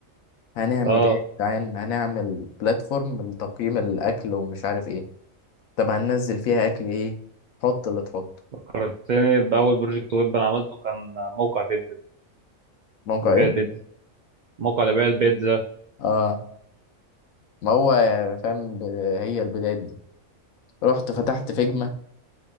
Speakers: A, on the left (about 85°); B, on the right (about 85°).
A: هنعمل
B: اه
A: ايه يا جدعان هنعمل بلاتفورم لتقييم الاكل ومش عارف ايه طب هننزل فيها اكل ايه حط اللي تحط
B: فكرتني بأول بروجكت ويب أنا عملته كان موقع بيتزا
A: موقع
B: لبيع
A: ايه
B: البيتزا موقع لبيع البيتزا
A: اه ما هو فاهم ب- هي البدايات دي رحت فتحت فيجما